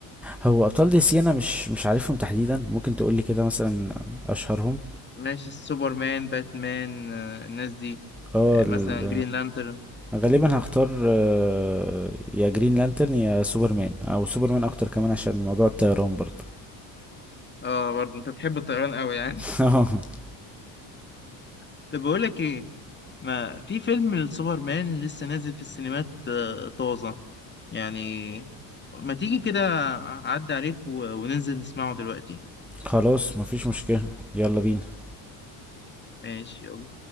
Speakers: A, in the centre; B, on the left.
A: هو ابطال دي سي انا مش مش عارفهم تحديدا ممكن تقولي كده مثلا اشهرهم
B: ماشي سوبرمان باتمان آه، الناس دي
A: اه
B: آه،
A: ال-
B: مثلا جرين لانترن
A: آه، غالبا هختار آه، يا جرين لانترن يا سوبرمان او سوبرمان اكتر كمان عشان موضوع الطيران برضه
B: اه برضه انت بتحب الطيران قوي يعني
A: <laughs>
B: <laughs> طب بقول لك ايه ما في فيلم السوبرمان لسه نازل في السينمات آه، طازة يعني ما تيجي كده اعدي عليك و- وننزل نسمعه دلوقتي
A: خلاص مفيش مشكلة يلا بينا
B: ماشي يلا